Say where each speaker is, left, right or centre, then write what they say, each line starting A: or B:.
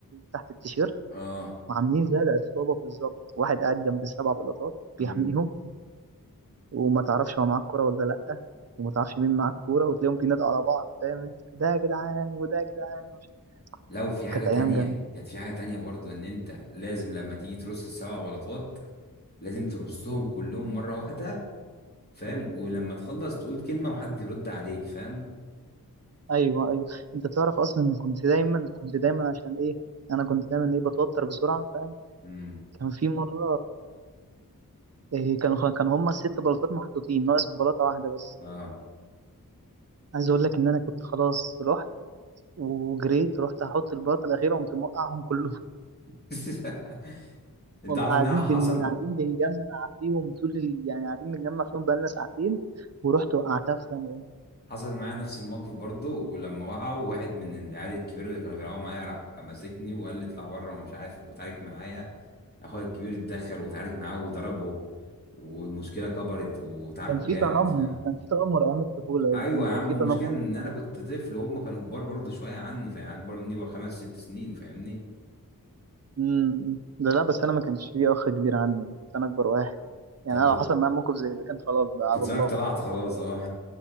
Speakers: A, on the right; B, on the left.
A: تحت التيشيرت
B: اه
A: وعاملين زي العصابه بالظبط واحد قاعد جنب السبع بلاطات
B: امم
A: بيحميهم وما تعرفش هو معاه الكوره ولا لا وما تعرفش مين معاه الكوره وتلاقيهم بينادوا على بعض فاهم انت ده يا جدعان وده يا جدعان مش-
B: لو في حاجة
A: كانت
B: تانية
A: ايام جامده
B: كانت في حاجة تانية برضو ان انت لازم لما تيجي ترص السبع بلاطات لازم ترصهم كلهم مرة واحدة فاهم ولما تخلص تقول كلمة وحد يرد عليك فاهم
A: ايوه ايوه انت تعرف اصلا ان كنت دايما كنت دايما عشان ايه انا كنت دايما ايه بتوتر بسرعه فاهم
B: امم
A: كان في مره إيه كان كان هما ست بلاطات محطوطين ناقص بلاطه واحده بس
B: اه
A: عايز اقول لك ان انا كنت خلاص رحت وجريت رحت احط البلاطه الاخيره قمت موقعهم كلهم
B: <laughs>
A: <laughs>
B: انت
A: والله
B: عارف
A: قاعدين
B: ان انا حصل
A: بن قاعدين بنجمع فيهم طول ال... يعني قاعدين بنجمع فيهم بقالنا ساعتين ورحت وقعتها في ثانيه
B: حصل معايا نفس الموقف برضه ولما وقعوا واحد من العيال الكبيرة اللي كانوا بيلعبوا معايا راح ماسكني وقال لي اطلع بره ومش عارف وتعارك معايا اخويا الكبير اتدخل وتعارك معاه وضربه والمشكلة كبرت وتعاركوا
A: كان في
B: جامد
A: تنمر
B: فاهم
A: كان في تنمر ايام الطفوله يعني
B: ايوه
A: كان
B: يا عم
A: في
B: والمشكلة
A: تنمر
B: ان
A: كتير
B: انا كنت طفل وهم كانوا كبار برضه شوية عني فاهم يعني اكبر مني بخمس ست سنين فاهمني
A: امم ده لا بس انا ما كانش فيه اخ كبير عندي انا كنت انا اكبر واحد يعني يعني
B: طب
A: انا لو حصل معايا موقف زي ده كان خلاص بقى
B: كنت
A: على
B: زمانك
A: الله
B: طلعت
A: بقى
B: خلاص اه